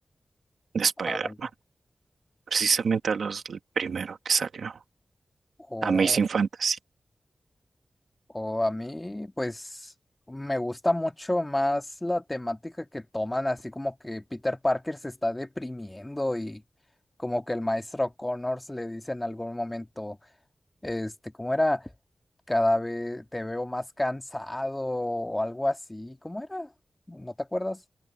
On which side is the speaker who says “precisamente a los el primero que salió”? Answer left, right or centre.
Right